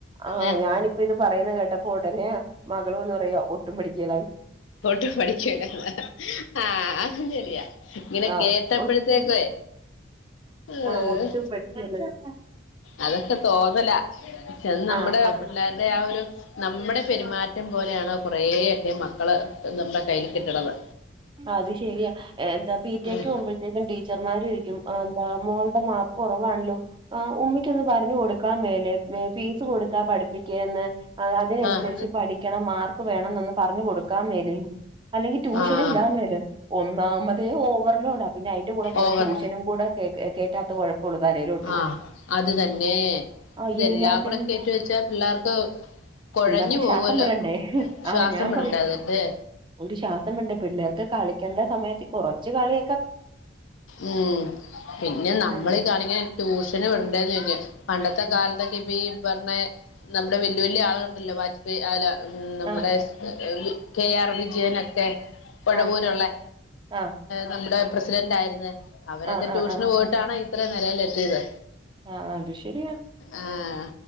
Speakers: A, on the right; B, on the left.
A: ആ ആ
B: ഏഹ്
A: ഞാന് ഇപ്പോ ഇത് പറയുന്ന കേട്ടപ്പോ ഉടനെ മകള് വന്ന് പറയുവാ ഒട്ടും പഠിക്കേലാന്ന്
B: ഒട്ടും പഠിക്കേല ആഹ് അതും ശരിയാ ഇങ്ങനെ
A: ആഹ്
B: കേട്ടപ്പോഴത്തേക്കുവേ
A: ഒട്ടും
B: ഏഹ്
A: ആഹ് ഒട്ടും പഠിക്കേലാന്ന്
B: അതൊക്കെ തോന്നലാ എന്ന് നമ്മുടെ
A: ആഹ് അത്
B: പിള്ളാരുടെ ആ ഒരു നമ്മുടെ പെരുമാറ്റം പോലെയാണ് കുറേക്കെ മക്കള് നമ്മുടെ കയ്യിൽ കിട്ടണത്
A: അത് ശരിയാ എന്താ പി ടി എ
B: ഉം
A: ക്ക് പോകുമ്പോഴത്തേക്കും ടീച്ചർമാര് ചോദിക്കും എന്താ മോളുടെ മാർക്ക് കുറവാണല്ലോ ആ ഉമ്മയ്ക്കൊന്ന് പറഞ്ഞു കൊടുക്കാൻ മേലെ ഫീസ് കൊടുത്താ പഠിപ്പിക്കേന്ന് അ അതിനനുസരിച്ച്
B: ആഹ്
A: പഠിക്കണം മാർക്ക് വേണം എന്നൊന്ന് പറഞ്ഞു കൊടുക്കാൻ മേലെന്ന് അല്ലെങ്കിൽ ട്യൂഷന്
B: ആഹ്
A: വിടാൻ മേലെന്നു ഒന്നാമ തെ ഓവർലോഡാ പിന്നെ അതിന്റെ കൂടെ കൊറേ
B: ഓവർ
A: ട്യൂഷനും കൂടെ കേ കേറ്റാത്ത കുഴപ്പള്ളൂ തലയിലോട്ട്
B: ആഹ് അത് തന്നെ
A: ആഹ്
B: ഇതെല്ലാം
A: എന്നാ പിന്നെ
B: കൂടെ കേറ്റി വെച്ചാ പിള്ളേർക്ക് കുഴഞ്ഞു
A: പിള്ളേർക്ക്
B: പോകുവല്ലോ
A: ശ്വാസം വിടണ്ടേ
B: ശ്വാസം
A: ആഹ് ഞാൻ
B: വിടണ്ടേ
A: പറ
B: അതെന്നെ
A: ഒരു ശ്വാസം വിടേണ്ട പിള്ളേർക്ക് കളിക്കേണ്ട സമയത്ത് കൊറച്ച് കളി
B: ഉം പിന്നെ നമ്മളി
A: അൽ
B: കാണിക്കാ ട്യൂഷന് വിടണ്ടേന്ന് ചോദിക്കും പണ്ടത്തെ
A: ഉം
B: കാലത്തൊക്കെ ഇപ്പോ ഈ പറഞ്ഞ നമ്മുടെ വലിയ വലിയ ആളുകളു ണ്ടല്ലോ വാജ്പേയി അല്ല നമ്മടെ
A: ആഹ്
B: വ കെ ആർ വിജയനൊക്കെ കൊടവൂരുള്ളെ
A: ആഹ് ആഹ്
B: നമ്മുടെ പ്രസിഡന്റായിരുന്നെ അവരൊക്കെ
A: ആഹ്
B: ട്യൂഷന്
A: ആഹ് ആഹ്
B: പോയിട്ടാണ് ഇത്രയും നിലയിലെത്തിയത്.
A: ആഹ് ആഹ് അത് ശരിയാ.
B: ആഹ്